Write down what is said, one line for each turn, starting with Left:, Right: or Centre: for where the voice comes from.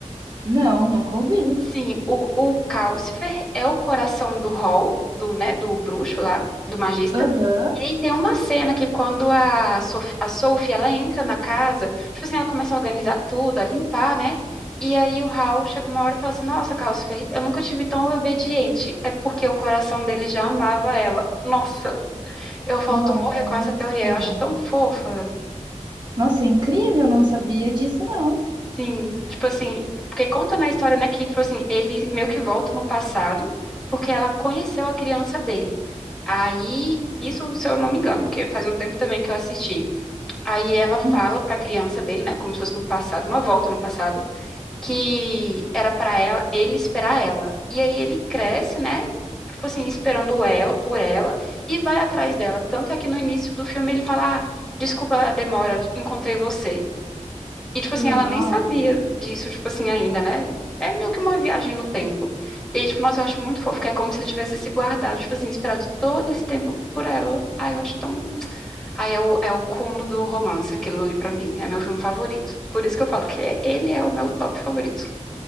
Right: Não, nunca ouvi.
Centre: Sim, o, o Calcifer é o coração do Hall, do, né, do bruxo lá, do magista.
Right: Aham.
Centre: E aí tem uma cena que quando a Sophie, a Sophie, ela entra na casa, tipo assim, ela começa a organizar tudo, a limpar, né? E aí o Hall chega uma hora e fala assim, nossa, Calcifer, eu nunca tive tão obediente. É porque o coração dele já amava ela. Nossa, eu falto
Right: Nossa.
Centre: morrer com essa teoria, eu acho tão fofa.
Right: Nossa, é incrível, não sabia disso, não.
Centre: Sim, tipo assim, porque conta na história, né, que, tipo assim, ele meio que volta no passado, porque ela conheceu a criança dele. Aí, isso, se eu não me engano, porque faz um tempo também que eu assisti. Aí ela fala
Right: Uhum.
Centre: pra criança dele, né, como se fosse no passado, uma volta no passado, que era pra ela, ele esperar ela. E aí ele cresce, né, tipo assim, esperando ela, por ela, e vai atrás dela. Tanto é que no início do filme ele fala, ah, desculpa a demora, encontrei você. E, tipo assim,
Right: Uau.
Centre: ela nem sabia disso, tipo assim, ainda, né? É meio que uma viagem no tempo. E aí, tipo, nossa, eu acho muito fofo, que é como se ele tivesse se guardado, tipo assim, esperado todo esse tempo por ela. Ai, eu acho tão. Ai, é o, é o cúmulo do romance, aquilo ali pra mim. É meu filme favorito. Por isso que eu falo que é- ele é o meu top favorito.